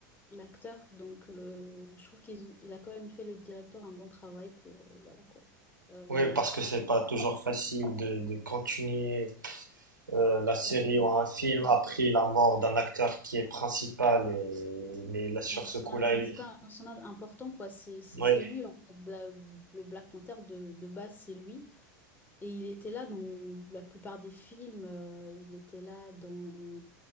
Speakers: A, on the left; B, on the right.
A: l'acteur. Donc, euh, je trouve qu'il il a quand même fait le directeur un bon travail pour, euh, voilà, quoi. Euh,
B: Oui, parce que c'est pas toujours facile de, de continuer euh, la série
A: la production,
B: ou un film a pris la mort d'un acteur qui est principal et mais là sur
A: il y a un personnage
B: ce coup-là
A: principal,
B: il...
A: un personnage important, quoi. C'est c'est-
B: oui
A: c'est lui, en fait. La- le Black Panther de, de base, c'est lui. Et il était là dans la plupart des films, euh, il était là dans,